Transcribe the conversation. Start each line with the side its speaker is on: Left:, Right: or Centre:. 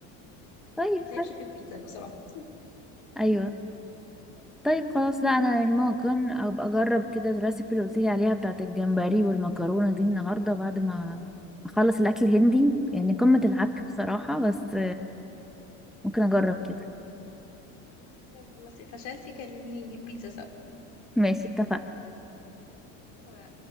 Centre: طيب
Left: ما يتلعبش
Centre: حلو
Left: في البيتزا لو سمحت
Centre: ايوه طيب خلاص لا انا يعني ممكن ابقى اجرب كده الريسيبي اللي قلتيلي عليها بتاعت الجمبري والمكرونة دي النهاردة بعد ما اخلص الاكل الهندي يعني قمة العك بصراحة بس ممكن اجرب كده
Left: <laughs> خلاص فشلتي كلميني نجيب بيتزا سوا
Centre: ماشي اتفقنا
Left: تمام